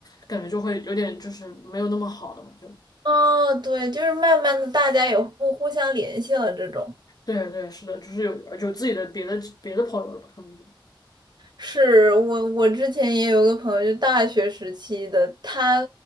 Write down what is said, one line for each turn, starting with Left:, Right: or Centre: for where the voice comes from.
Left: 感觉就会有点就是没有那么好了嘛，就。
Right: 嗯，对，就是慢慢的大家也不互相联系了这种。
Left: 对对，是的，就是有有自己的别的别的朋友了吧，可能就，
Right: 是我，我之前也有个朋友，就大学时期的，他